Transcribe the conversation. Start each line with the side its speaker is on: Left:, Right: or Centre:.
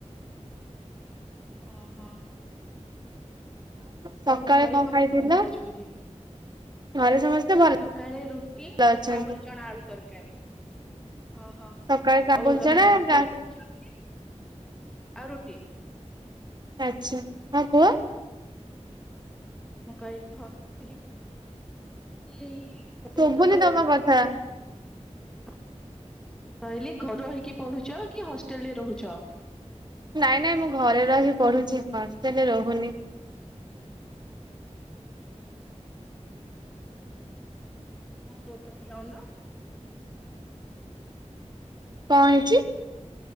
Centre: ଓହୋ।
Right: ସକାଳେ
Centre: ଆଉ ଘରେ
Right: କଣ
Centre: ସମସ୍ତେ
Right: ଖାଇଥିଲ
Centre: କେମିତି ଅଛନ୍ତି?
Right: ଘରେ ସମସ୍ତେ ଭଲ
Centre: ସକାଳେ ରୁଟି
Right: ଅଛନ୍ତି?
Centre: କାବୁଲି ଜଣା ଆଡୁ ତରକାରି। ଓହୋ
Right: ସକାଳେ କାବୁଲଚଣା
Centre: ଆଉ ତମେ ହଷ୍ଟେଲରେ
Right: ଗା
Centre: ରୋହୂଚ କି। ଆଉ ରୁଟି।
Right: ଆଛା ହଁ କୁହ?
Centre: ମୁଁ କହିଲିକି ହଷ୍ଟେଲିଗ୍ ରେ କିଏ ତାପ ରେ କି ନ ହୋଉ
Right: ଶୁଭୁନି
Centre: ଆଇସ।
Right: ତମ କଥା।
Centre: ମୁଁ କହିଲି ଘରେ ରହିଇକି ପଢୁକ କି ହଷ୍ଟେଲ ରେ ରହୁଛ।
Right: ନାଇଁ ନାଇଁ ମୁଁ ଘରେ ରହି ପଢୁଛି ହଷ୍ଟେଲରେ ରହୁନି।
Centre: କୋଉ ମାନେ ଆନା
Right: କଣ ହେଇଚି?